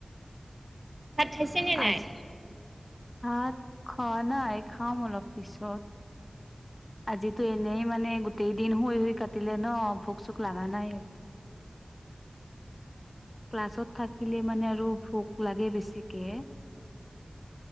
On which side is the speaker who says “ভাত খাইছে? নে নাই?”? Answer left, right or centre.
Right